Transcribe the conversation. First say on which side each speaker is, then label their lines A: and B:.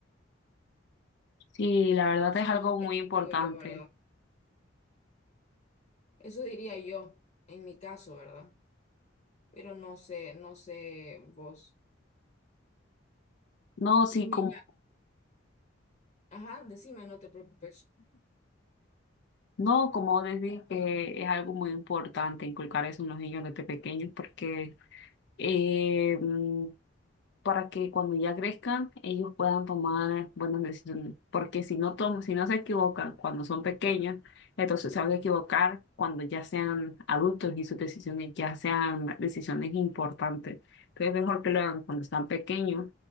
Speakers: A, on the left; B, on the left.
A: Sí, la
B: Entonces,
A: verdad es algo
B: eso
A: muy importante.
B: digo yo, ¿verdad? Eso diría yo, en mi caso, ¿verdad? Pero no sé, no sé vos.
A: No, sí,
B: Mira,
A: como,
B: ajá, decime, no te preocupes.
A: no, como decir que es algo muy importante inculcar eso en los niños desde pequeños porque... em, para que cuando ya crezcan ellos puedan tomar buenas decisiones. Porque si no tom- si no se equivocan cuando son pequeños, entonces se van a equivocar cuando ya sean adultos y sus decisiones ya sean decisiones importantes. Entonces es mejor que lo hagan cuando están pequeños,